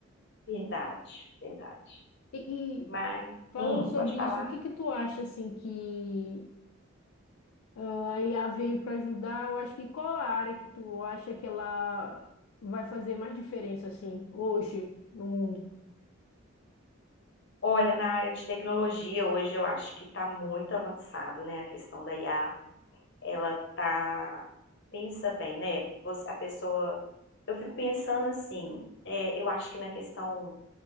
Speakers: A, on the left; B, on the left.
A: Verdade, verdade.
B: E,
A: Mas,
B: e falando
A: hum,
B: sobre
A: pode falar?
B: isso, o que que tu acha assim que A IA veio para ajudar. Eu acho que qual a área que tu acha que ela vai fazer mais diferença assim hoje no mundo?
A: Olha, na área de tecnologia, hoje eu acho que está muito avançado, né? A questão da IA, ela tá. Pensa bem, né? Você- a pessoa. Eu fico pensando assim, é, eu acho que na questão.